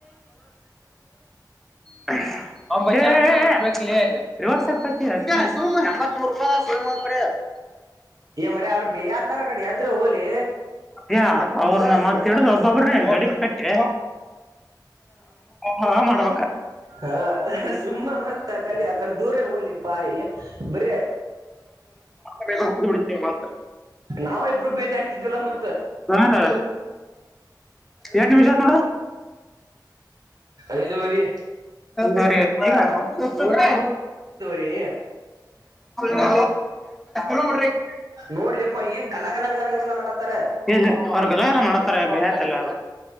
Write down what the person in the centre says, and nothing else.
ಆಕ <inaudible> <unintelligible> ಹ ರಿವರ್ಸ್ ಆಗ್ತ ಎತ್ರು ರೂ ಕಡೆತ್
ಅ್ಯ ಅವ್ರನ್ನ ಮತ್ತ ಇಡುದ್ ಒಬ್ಬೊಬ್ರನೆೇ ಗಡಿ ಕಟ್ಟೆ ಹಾ ಮಾಡ್ಬೇಕ
್ರೆ ಬಿಡಿದ್ರ
ಹ ಎಟ ನಿಮಿಷ ಆತ್
ನೋಡ ಹಾ ಹಾ
ಹಾ <inaudible>
ಏನ್ ಅವ್ರು ಗಲ ಎಲ್ಲ ಮಾಡ್ತಾರೆ ಭಯ ಆಯತಲ್ಲರು